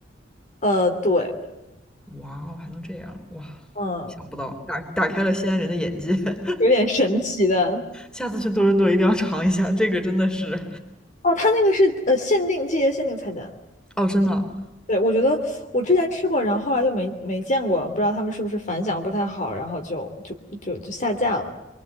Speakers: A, on the left; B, in the centre.
A: 呃，对，
B: 哇哦，还能这样哇！
A: 嗯，
B: 想不到，打打开了西安人的眼界。<laughs>
A: 有点神奇的。
B: 下次去多伦多一定要尝一下，这个真的是
A: 哦，它那个是呃限定季节限定菜单。
B: 哦，真的
A: 对，我觉得我之前吃过，然后后来就没没见过，不知道他们是不是反响不太好，然后就就就就下架了。